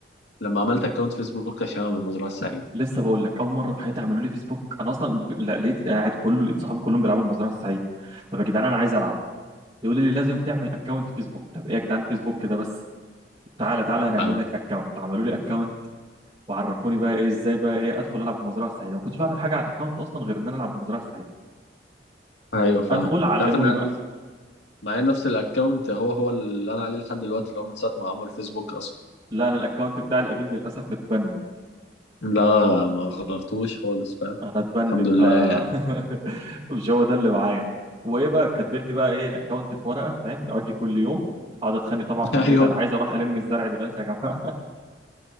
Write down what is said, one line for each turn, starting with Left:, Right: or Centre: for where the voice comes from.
Left: لما عملت اكونت فيسبوك عشان انا من المزرعه السعيده
Right: لسه بقول لك اول مره في حياتي عملوا لي فيسبوك انا اصلا ب- لا لقيت قاعد كله لقيت صحابي كلهم بيلعبوا المزرعه السعيده طب يا جدعان انا عايز العب يقولوا لي لازم تعمل اكونت فيسبوك طب ايه يا جدعان فيسبوك ده بس تعالى تعالى هنعمل
Left: آه.
Right: لك اكونت عملوا لي اكونت وعرفوني بقى ايه ازاي بقى ايه ادخل العب بالمزرعه السعيده ما كنتش بعمل حاجه على الاكونت اصلا غير ان انا العب بالمزرعه السعيده
Left: ايوه فاهم
Right: ادخل علموني
Left: تعرف ان أنا
Right: بقى
Left: معايا نفس الاكونت هو هو اللي انا عليه لحد دلوقتي اللي هو من ساعه ما عمل فيسبوك اصلا
Right: لا انا الاكونت بتاعي القديم للاسف اتبند
Left: لا ما غيرتوش خالص فاهم
Right: انا اتبند
Left: الحمد لله
Right: ف
Left: يعني
Right: <laughs> مش هو ده اللي معايا وايه بقى كاتبين لي بقى ايه الاكونت في ورقه فاهم اجي كل يوم اقعد اتخانق طبعا
Left: <laughs>
Right: في البيت
Left: ايوه
Right: انا عايز اروح الم الزرع دلوقتي يا جماعه